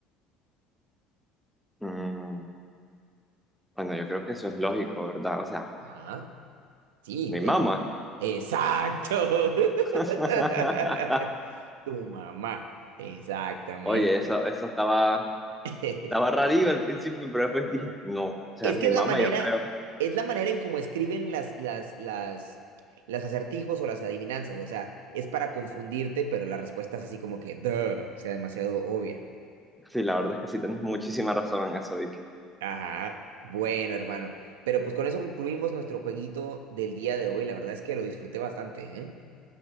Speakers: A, in the centre; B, on the right (about 80°).
A: Mm, bueno, yo creo que eso es lógico, ¿verdad? O sea,
B: Ajá, sí,
A: mi
B: de
A: mamá.
B: hecho. Exacto. <laughs>
A: <laughs>
B: Tu mamá, exactamente.
A: Oye, eso, eso estaba,
B: <laughs>
A: estaba rarillo al principio, pero después dije, no, o sea,
B: Es
A: mi
B: que es
A: mamá,
B: la manera,
A: yo creo.
B: es la manera en cómo escriben las, las, las, las acertijos o las adivinanzas. O sea, es para confundirte, pero la respuesta es así como que, duh, o sea, demasiado obvia.
A: Sí, la verdad es que sí, tienes muchísima razón en eso, Vicky.
B: Ajá. Bueno, hermano. Pero pues con eso concluimos nuestro jueguito del día de hoy. La verdad es que lo disfruté bastante, ¿eh?